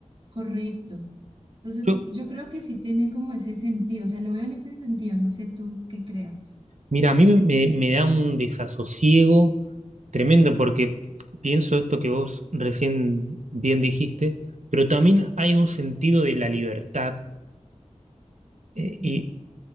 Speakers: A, on the right; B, on the right.
A: Correcto. Entonces,
B: Yo,
A: yo creo que sí tiene como ese sentido, o sea, lo veo en ese sentido, no sé tú qué creas.
B: mira, a mí me, me da un desasosiego tremendo porque pienso esto que vos recién bien dijiste, pero también hay un sentido de la libertad eh,
A: Mm,
B: y,